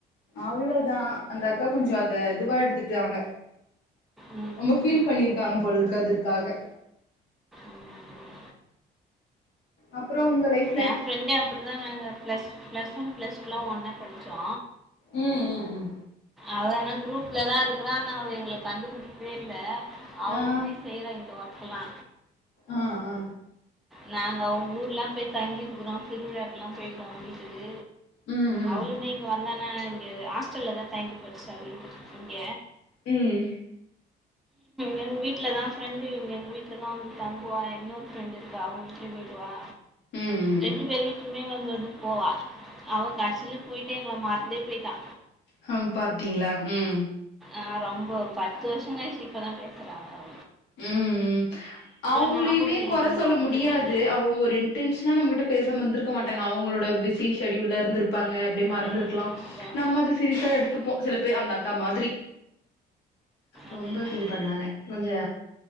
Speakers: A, on the left; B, in the centre.
A: அவ்ளோதா அந்த அக்கா கொஞ்சொ அத இதுவா எடுத்துட்டாங்க
B: ம்,
A: ரொம்ப
B: ம்,
A: ஃபீல் பண்ணிருக்காங்க போலருக்கு அதுற்க்காக
B: ம்.
A: அப்பறோ ஒங்க லைஃப்
B: ஏ ஃப்ரெண்டே அப்டி தா நாங்க ப்ளஸ் ப்ளஸ் ஒன் ப்ளஸ் டூலா ஒன்னா படுச்சோ
A: ம் ம் ம்
B: அவளனா குரூப்லேல்லா இருக்குறா ஆனா அவ எங்கள கண்டுபுடிக்கவே இல்ல அவளுமே
A: ஆ
B: செய்யறா இந்த ஒர்க்கலா
A: ஆ ஆ
B: நாங்க அவுங்க ஊர்லா போய் தங்கிருக்குறோ திருவிழாக்கெல்லா போயிருக்கோ அவுங்க வீட்டுக்கு
A: ம் ம் ம்
B: அவளுமே இங்க வந்தனா இங்க ஹாஸ்டல்ல தா தங்கி படுச்சா வீட் இங்க
A: ம்
B: எங்க வீட்டில தா ஃப்ரெண்டு எங்க வீட்டில தா வந்து தங்குவா இன்னொரு ஃப்ரெண்டு க அவங்க வீட்டுலயு போயிடுவா
A: ம் ம்
B: ரெண்டு பேரு வீட்லயுமே வந்து வந்து போவா அவ கடசியில போயிட்டு எங்கள மறந்தே போயிட்டா
A: ஹம் பாத்தீங்களா ம்
B: ஆ ரொம்ப பத்து வருஷ கழிச்சு இப்பதா பேசுறா அவ
A: ம் ம் அவுங்களையுமே
B: ஞாபகம் இல்லடி
A: கொற சொல்ல
B: மறந்துட்டடி
A: முடியாது அவுங் ஒரு இன்டென்ஷனா நம்மகிட்ட பேசாமிருந்துருக்க மாட்டாங்க அவங்களோட பிஸி ஷெடியூல இருந்து ப்பாங்க அப்டியே மறந்துருக்கலா
B: ம் அதான்
A: நம்ம அத சீரியஸ்ஸ எடுத்துப்போ சில பேர் அந்த அக்கா மாதிரி ரொம்ப
B: அதேதான்
A: ஃபீல் பண்ணாங்க கொஞ்சோ